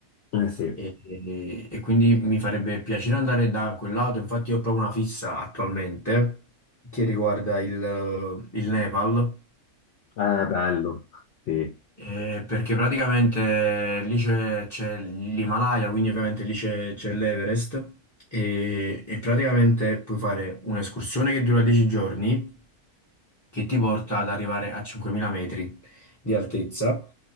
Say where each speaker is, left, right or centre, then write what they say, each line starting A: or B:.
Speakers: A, on the left; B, on the left.
A: Eh sì, è
B: E, e- e quindi mi farebbe piacere andare da quel lato, infatti io ho proprio una fissa attualmente che riguarda il, il Nepal
A: bello, sì.
B: eh, perché praticamente lì c'è c'è l'Himalaya, quindi ovviamente lì c'è c'è l'Everest e, e praticamente puoi fare un'escursione che dura 10 giorni che ti porta ad arrivare a 5000 metri di altezza